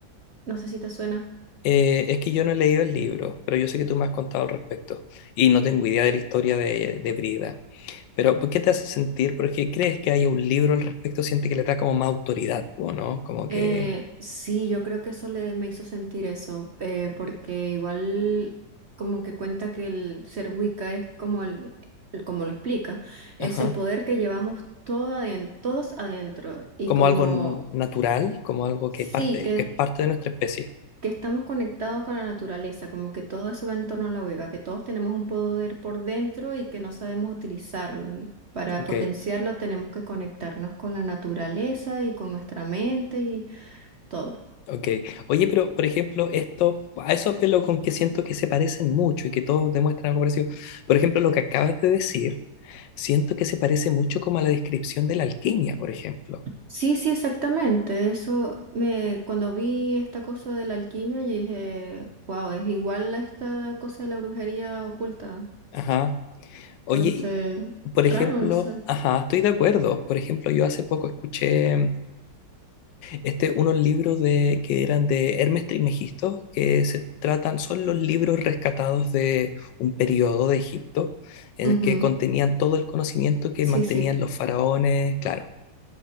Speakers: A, on the right; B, on the left.
A: No sé si te suena.
B: Eh, es que yo no he leído el libro, pero yo sé que tú me has contado al respecto. Y no tengo idea de la historia de, de Brida. Pero, ¿por qué te hace sentir? Porque crees que hay un libro al respecto, siente que le da como más autoridad, ¿o no? Como que.
A: Eh, sí, yo creo que eso le, me hizo sentir eso, eh, porque igual como que cuenta que el ser Wicca es como, el, el- como lo explica,
B: Ajá.
A: es el poder que llevamos todo aden- todos adentro y
B: como
A: como
B: algo n- natural, como algo
A: sí,
B: que parte,
A: que,
B: que es parte de nuestra especie.
A: que estamos conectados con la naturaleza, como que todo eso va en torno a la Wicca, que todos tenemos un poder por dentro y que no sabemos utilizarlo. Y para
B: Ok,
A: potenciarlo tenemos que conectarnos con la naturaleza y con nuestra mente y todo.
B: ok. Oye, pero por ejemplo, esto, a eso apelo con que siento que se parecen mucho y que todos demuestran algo parecido. Por ejemplo, lo que acabas de decir, siento que se parece mucho como a la descripción de la alquimia, por ejemplo.
A: Sí, sí, exactamente. Eso me, cuando vi esta cosa de la alquimia, yo dije, wow, es igual a esta cosa de la brujería oculta.
B: Ajá. Oye,
A: Entonces,
B: por
A: raro,
B: ejemplo,
A: no sé.
B: ajá, estoy de acuerdo. Por ejemplo, yo hace poco escuché Este, unos libros de, que eran de Hermes Trismegisto, que se tratan, son los libros rescatados de un periodo de Egipto, en
A: Ujú.
B: el que contenían todo el conocimiento que
A: Sí,
B: mantenían
A: sí,
B: los faraones, claro.